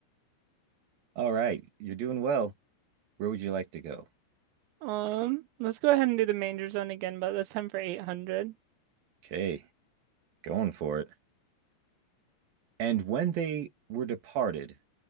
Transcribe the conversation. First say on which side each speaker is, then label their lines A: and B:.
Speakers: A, on the right (about 55°); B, on the right (about 85°).
A: All right, you're doing well. Where would you like to go?
B: Um, let's go ahead and do the manger zone again, but this time for 800.
A: Okay, going for it. And when they were departed,